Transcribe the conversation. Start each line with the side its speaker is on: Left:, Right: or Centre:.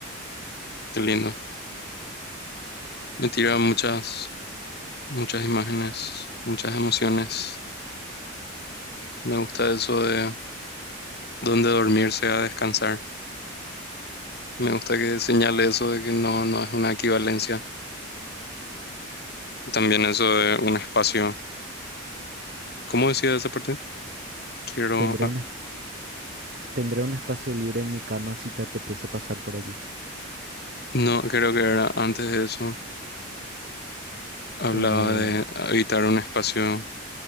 Left: qué lindo. Me tira muchas, muchas imágenes, muchas emociones. Me gusta eso de dónde dormirse a descansar. Me gusta que señale eso de que no, no es una equivalencia. También eso de un espacio. ¿Cómo decía esa parte? Quiero,
Right: Tendré
Left: ah,
Right: un, es- tendré un espacio libre en mi cama, si te apetece pasar por allí.
Left: no, creo que era antes de eso. Hablaba
Right: Eh,
Left: de habitar un espacio,